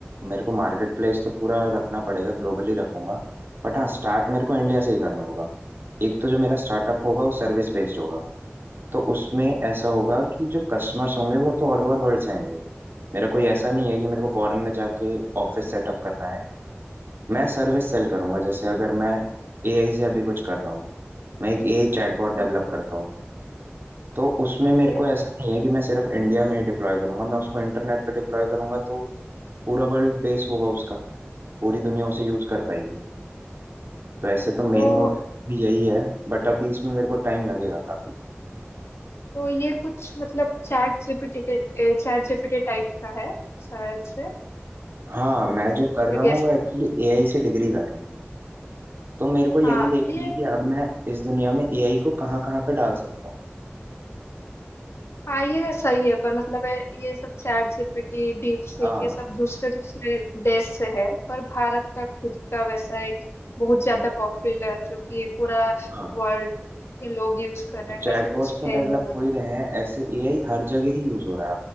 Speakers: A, on the right; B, on the left.
A: मेरे को मार्केट प्लेस तो पूरा रखना पड़ेगा ग्लोबली रखूंगा बट हाँ स्टार्ट मेरे को इंडिया से ही करना होगा एक तो जो मेरा स्टार्टअप होगा वो सर्विस बेस्ड होगा तो उसमें ऐसा होगा कि जो कस्टमर्स होंगे वो तो ऑल ओवर वर्ल्ड से आएंगे मेरा कोई ऐसा नहीं है कि मेरे को फॉरेन में जाके ऑफिस सेटअप करना है मैं सर्विस सेल करूंगा जैसे अगर मैं एआई से अभी कुछ कर रहा हूँ मैं एक एआई चैटबॉट डेवलप
B: हम्म।
A: करता हूँ तो उसमें
B: ओके
A: मेरे को ऐसा नहीं है कि मैं सिर्फ इंडिया में ही डिप्लॉय करूंगा मैं उसको इंटरनेट पे डिप्लॉय करूंगा तो पूरा वर्ल्ड बेस होगा उसका पूरी दुनिया उसे यूज कर पाएगी तो ऐसे तो मेन
B: तो
A: मोटिव भी यही है बट अभी इसमें मेरे को टाइम लगेगा काफी
B: तो ये कुछ मतलब चैट जीपीटी के चैट जीपीटी टाइप का है शायद से
A: हाँ
B: हम्म,
A: मैं जो कर
B: मैं
A: रहा
B: गेस
A: हूँ वो एक्चुअली एआई से डिग्री कर रहा हूँ तो मेरे को यही
B: हाँ
A: देखना
B: ये
A: है कि अब मैं इस दुनिया में एआई को कहाँ कहाँ पे डाल सकता हूँ
B: हाँ ये सही है पर मतलब है ये सब चैट जीपीटी डीप सीक
A: हाँ
B: ये सब दूसरे दूसरे देश से है पर भारत का खुद का वैसा एक बहुत ज्यादा पॉपुलर जो कि पूरा
A: हाँ
B: वर्ल्ड के लोग यूज कर रहे हैं
A: चैटबॉट्स
B: वैसे कुछ
A: तो
B: है
A: डेवलप
B: नहीं अभी
A: हो ही रहे हैं ऐसे एआई हर जगह ही यूज हो रहा है